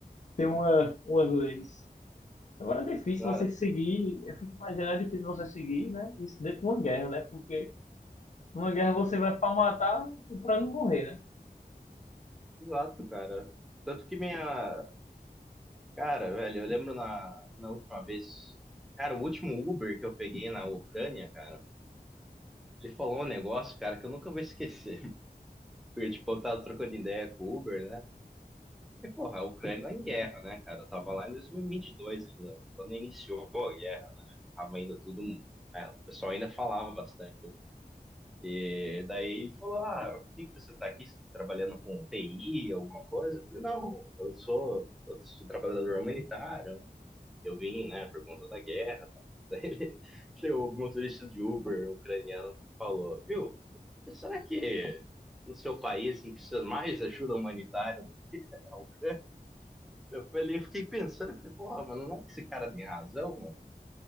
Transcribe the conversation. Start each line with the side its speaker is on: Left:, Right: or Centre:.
Left: Tem uma, umas leis. Agora é difícil
Centre: Ah,
Left: você seguir, eu fico imaginando, é difícil você seguir, né? Isso dentro de uma guerra, né? Porque numa guerra você vai para matar e para não morrer, né?
Centre: Exato, cara. Tanto que minha, Cara, velho, eu lembro na, na última vez, cara, o último Uber que eu peguei na Ucrânia, cara, ele falou um negócio, cara, que eu nunca vou esquecer. <laughs> Porque, tipo, eu tava trocando ideia com o Uber, né? E, porra, a Ucrânia tá em guerra, né, cara? Eu tava lá em 2022 ainda, quando iniciou a guerra, né? Tava ainda tudo. né, o pessoal ainda falava bastante. E daí ele falou: Ah, por que que você tá aqui Você tá trabalhando com TI, alguma coisa? Eu falei: Não, eu sou, eu sou trabalhador humanitário, né? eu vim, né, por conta da guerra. Tá? Daí ele- <laughs> o motorista de Uber ucraniano falou, viu, será que no seu país não precisa mais ajuda humanitária do que a Ucrânia? Eu falei, eu fiquei pensando, eu falei, porra, mano, não é que esse cara tem razão, mano?